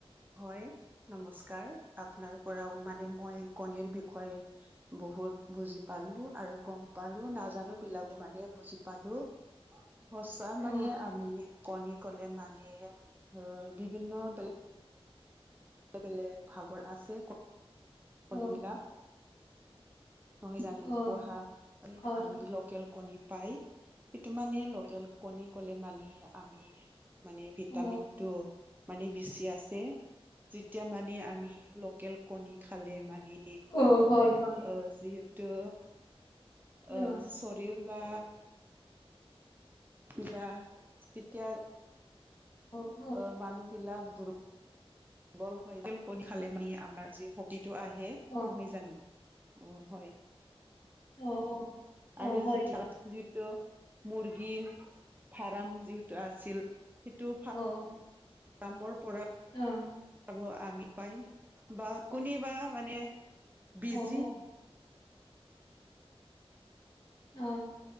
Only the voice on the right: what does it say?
হয় নমস্কাৰ আপোনাৰ পৰাও মানে মই কণীৰ বিষয়ে বহুত বুজি পালো আৰু গম পালো নাজানো বিলাকো মানে বুজি পালো সঁচা
মানে আমি কণী কলে মানে অ', বিভিন্ন বেলেগ বেলে বেলেগ ভাগৰ আছে কণীবিলাক।
নহয় জানো
পোহা
আমি লোকেল কণী। পাই সিটো মানে লোকেল কণী কলে মানে আমি মানে ভিটামিন
টো মানে বেছি আছে। যেতিয়া মানে আমি লোকেল কণী খালে মানে
অ', যিহেতু তো
শৰীৰ বা কিবা তেতিয়া
অ', মানুহ বিলাক দ বল হয় কণী খালে মানে আমাৰ যি শক্তিটো আহে
নহয় জানো অ', হয়।
আৰু
যেতিয়া যিটো মুৰ্গী ফাৰাম যিটো আছিল সেইটো
কামৰ পৰা
পাব, আমি পাই বা কোনিবা মানে বিজি